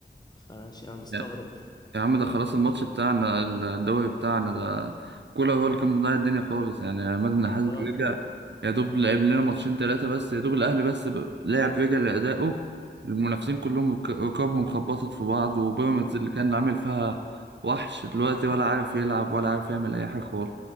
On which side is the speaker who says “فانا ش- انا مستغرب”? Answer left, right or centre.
Left